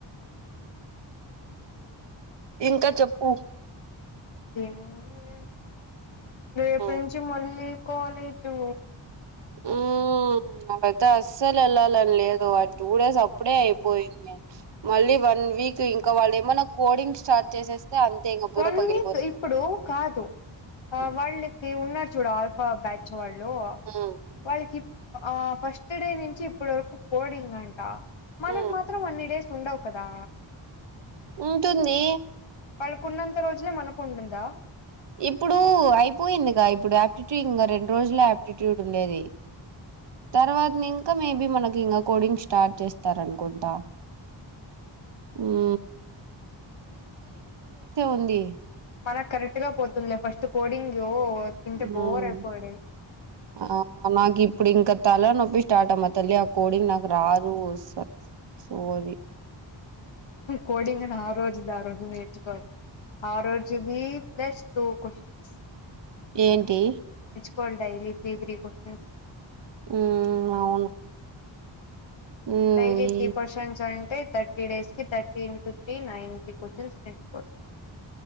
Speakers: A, on the right; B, on the left.
A: ఇంకా చెప్పు
B: ఏముంది రేపటి
A: హ్మ్.
B: నుంచి మళ్ళీ కాలేజు
A: మ్ నాకైతే అస్సలెళ్ళాలని లేదు ఆ టూ డేస్ అప్పుడే అయిపోయింది మళ్ళీ వన్ వీక్ ఇంకా వాళ్ళు ఏమనా కోడింగ్ స్టార్ట్ చేసేస్తే అంతే ఇంకా బుర
B: వన్
A: పగిలిపోతుంది
B: వీక్ ఇప్పుడు కాదు ఆ
A: హ్మ్.
B: వాళ్ళకి ఉన్నారు చూడు ఆల్ఫా బ్యాచ్ వాళ్ళు
A: హ్మ్.
B: వాళ్ళకి ఆ ఫస్ట్ డే నుంచి ఇప్పడు వరకు కోడింగ్ అంట మనకు
A: హ్మ్.
B: మాత్రం అన్ని డేస్ ఉండవు కదా
A: ఉంటుంది
B: వాళ్ళకున్నంత రోజులే మనకు ఉంటుందా
A: ఇప్పుడు అయిపోయిందిగా ఇప్పుడు యాప్టిట్యూడ్ ఇంగా రెండు రోజులె యాప్టిట్యూడ్ ఉండేది తర్వాతని ఇంకా మేబీ మనకి ఇంకా కోడింగ్ స్టార్ట్ చేస్ తరంగుంట మ్ ఉంది
B: మనక్కరెక్ట్ గా పోతుందిలె ఫస్ట్ కోడింగ్ యో వర్కంటే
A: మ్మ్.
B: బోరేపాడే
A: ఆ నాకు ఇప్పుడు ఇంకా తల నొప్పి స్టార్ట్ అమ్మా తల్లి అ కోడింగ్ నాకు రాదు నువ్వు స సోది
B: కోడింగ్ని ఆ రోజుది ఆరోజు నేర్చుకోవాలి ఆ రోజుది ప్లస్ తో కొషన్స్
A: ఏంటి
B: కల్ డైలీ త్రీ త్రీ కొషన్స్
A: మ్ అవును మ్మ్,
B: డైలీ
A: ఈ
B: త్రీ క్వషన్స్ అంటె థర్టీ డేస్ కి thirty into three ninety questions నేర్చుకోవచ్చు